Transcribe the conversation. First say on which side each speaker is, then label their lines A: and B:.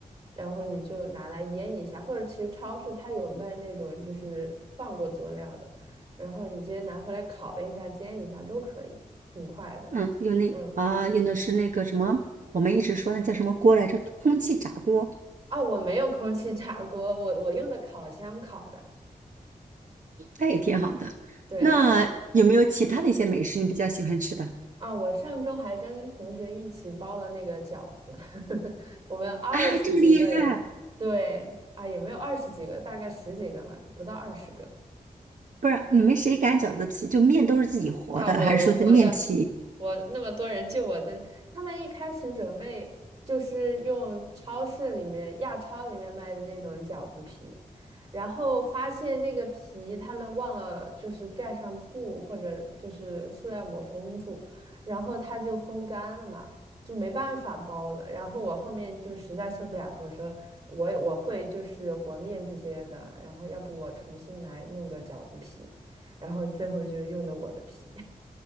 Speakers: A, on the right (about 45°); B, on the right (about 60°).
A: 然后你就拿来腌一下，或者其实超市它有卖那种就是放过佐料的，然后你直接拿回来烤一下、煎一下都可以，挺快的。
B: 嗯，用那啊，
A: 嗯，
B: 用的是那个什么，我们一直说那叫什么锅来着？空气炸锅，
A: 哦，我没有空气炸锅，我我用的烤箱烤的。
B: 那也挺好的。
A: 对，
B: 那有没有其他的一些美食你比较喜欢吃的
A: 啊，我上周还跟同学一起包了那个饺子，<laughs> 我们二十几个人，
B: 啊？这么厉害！
A: 对，啊，也没有二十几个，大概十几个吧，不到二十个。
B: 不是，你们谁擀饺子皮？就面都是自己和的，
A: 啊，我我活的，
B: 还是说在面皮？
A: 我那么多人救我的，他们一开始准备就是用超市里面亚超里面卖的那种饺子皮，然后发现那个皮他们忘了就是盖上布或者就是塑料膜封住，然后它就风干了嘛，就没办法包了。然后我后面就实在受不了了，我说我也我会就是和面这些的，然后要不我重新来弄个饺子皮，然后最后就用的我的皮。